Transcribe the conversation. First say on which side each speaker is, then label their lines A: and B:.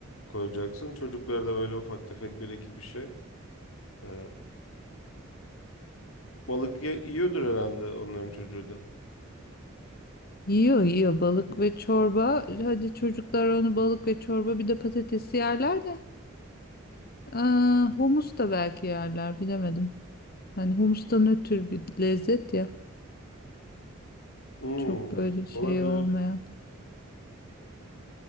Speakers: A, on the left (about 80°); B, on the left (about 45°).
A: koyacaksın. Çocuklara da böyle ufak tefek bir iki bir şey. Ee, Balık ye- yiyordur herhalde onların çocuğu da.
B: Yiyor yiyor balık ve çorba. Hadi çocuklar onu balık ve çorba bir de patatesi yerler de. Aa, humus da belki yerler bilemedim. Hani humustan ötürü bir lezzet ya.
A: Hmm,
B: Çok böyle şey
A: olabilir.
B: olmayan.